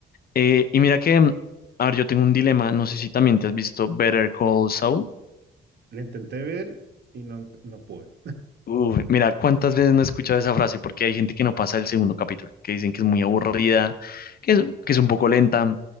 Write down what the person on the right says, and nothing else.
la intenté ver y no, no pude.